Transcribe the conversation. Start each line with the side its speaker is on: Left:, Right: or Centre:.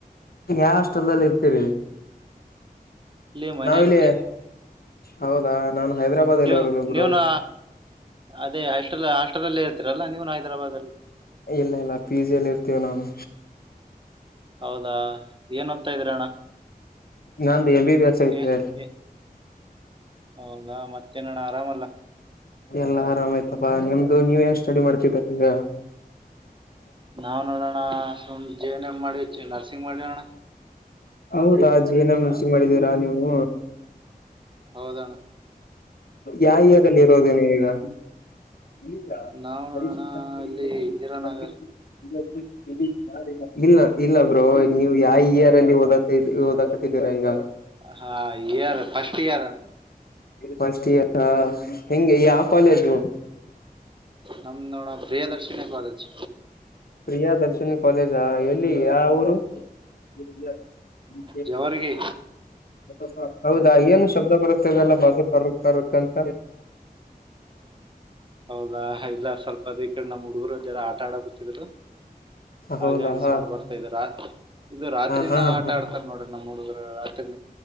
Left: ಯಾ ಹಾಸ್ಟೆಲ್ದಲ್ ಇರ್ತೀರಿ.
Right: ಇಲ್ಲಿ ಮೈನಾರಿಟಿ.
Left: ನಾವಿಲ್ಲಿ ಹೌದಾ ನಾನ್ ಹೈದ್ರಾಬಾದ್
Right: ನೀವು
Left: ಅಲ್ಲಿ ಇರೋದು ಬ್ರೋ
Right: ನೀವ್ನು ಅದೇ ಹಾಸ್ಟೆಲ್ ಹಾಸ್ಟೆಲ್ ದಲ್ಲಿ ಇರ್ತೀರಲ್ಲಾ ನೀವು ಹೈದರಾಬಾದ್ ಅಲ್ಲಿ
Left: ಇಲ್ಲ ಇಲ್ಲ ಪಿಜಿ ಲ್ಲಿ ಇರ್ತೇವ ನಾನು
Right: ಹೌದಾ ಏನ್ ಓದ್ತಾ ಇದ್ರಿ ಅಣ್ಣ
Left: ನಂದ ಎಂ ಬಿ ಬಿ ಎಸ್ ಐತೆ
Right: ಏ ಏ ಹೌದಾ ಮತ್ತೇನಣ್ಣ ಆರಾಮಲ್ಲ.
Left: ಎಲ್ಲಾ ಆರಾಮಾಯ್ತಪ್ಪಾ ನಿಮ್ದು ನೀವ್ ಏನ್ ಸ್ಟಡಿ ಮಾಡ್ತಬೇಕ ಈಗ
Right: ನಾವ್ ನೋಡೋಣ ಸುಮ್ ಜೆ ಎನ್ ಎಮ್ ಮಾಡಿ ನರ್ಸಿಂಗ್ ಮಾಡಿವ ಅಣ್ಣ
Left: ಹೌದಾ ಜೆ ಏನ್ ಎಮ್ ನರ್ಸಿಂಗ್ ಮಾಡಿದ್ದೀರಾ ನೀವು
Right: ಹೌದಣ
Left: ಯಾ ಏರಲ್ಲಿ ಇರೋದ ನೀವ್ ಈಗ ಈಗ
Right: ನಾವ್ ನೋಡೋಣ
Left: ಪರಿಶೀಲ
Right: ಅಲ್ಲಿ
Left: ಕೃಗ
Right: ಇಂದಿರಾನಗರ್
Left: <unintelligible> ಇಲ್ಲ ಇಲ್ಲ ಬ್ರೋ ನೀವು ಯಾವ ಇಯರ್ ಅಲ್ಲಿ ಓದ ಓದಕತಿ ಬಿಗರ ಈಗ
Right: ಹಾ year first year
Left: first year ಹಾ ಹೆಂಗೆ ಯಾವ ಕಾಲೇಜು
Right: ನಮ್ ನೋಡ Priyadarshini college
Left: Priyadarshini college ಎಲ್ಲಿ ಯಾ ಊರು ನಿ
Right: ಜವರ್ಗಿ
Left: ಅಸ <unintelligible> ಹೌದಾ ಏನು ಶಬ್ದ ಬರುತ್ತದೆಲ್ಲ ಬ ಕರ್ಕ್ ತರ್ಕ್ ಅಂತ
Right: ಹೌದಾ ಇಲ್ಲ ಸ್ವಲ್ಪ ಅದೇ ಕಡೆ ನಮ್ಮ್ ಹುಡುಗರು ಜರ ಆಟಾ ಆಡ ಕುಂತ್ತಿದ್ರು ಹಾಗಾಗಿ
Left: ಹೌದಾ ಹ
Right: ಸೌಂಡ್ ಬರ್ತಾ ಇದೀರಾ ಇದು ರಾತ್ರಿನ
Left: ಹಾ ಹಾ
Right: ಆಟ ಆಡ್ತಾರ ನೋಡ್ರಿ ನಮ್ಮ್ ಹುಡುಗರು ರಾತ್